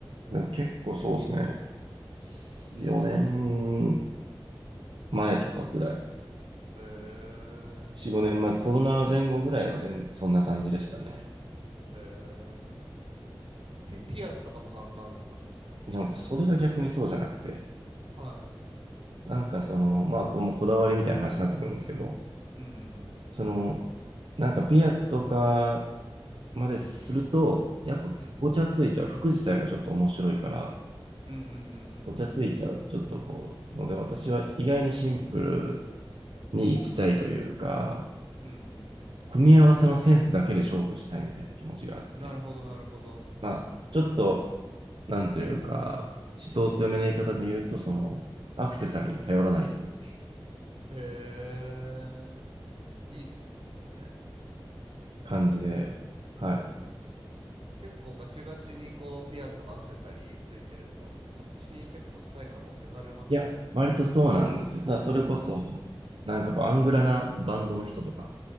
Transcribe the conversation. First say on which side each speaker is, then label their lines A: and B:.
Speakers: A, on the right (about 70°); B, on the right (about 85°).
A: でも結構そうですね。4年前とかくらい。
B: へえ。
A: 4、5年前、コロナ前後ぐらいは全、そんな感じでしたね。
B: へえ。ピ、ピアスとかもガンガンっすか。
A: なんかそれが逆にそうじゃなくて、
B: はい。
A: なんかその、まあ、これもこだわりみたいな話になってくるんですけど、
B: うんうん
A: その、なんかピアスとかまですると、やっぱごちゃついちゃう。
B: うん。うん。
A: 服自体がちょっと面白いから、
B: うんうんうんうんうん
A: ごちゃついちゃう。
B: うんうんうん。
A: ちょっとこう、ので、私は意外にシンプルに行きたいというか、
B: うんうんうん。
A: 組み合わせのセンスだけで勝負したいみたいな気持ちがあって、
B: なるほど、なるほど。
A: まあ、ちょっと、なんというか、思想強めな言い方で言うと、その、アクセサリーに頼らないという
B: へえ、いいっすね。
A: 感じで、
B: け、
A: はい。
B: うん。結構ガチガチにこうピアスとかアクセサリーついてると、そっちに結構世界観持ってかれますもんね。
A: いや、割とそうなんですよ。ただ、それこそ、
B: うんうんうん。
A: なんかこう、アングラなバンドの人とか、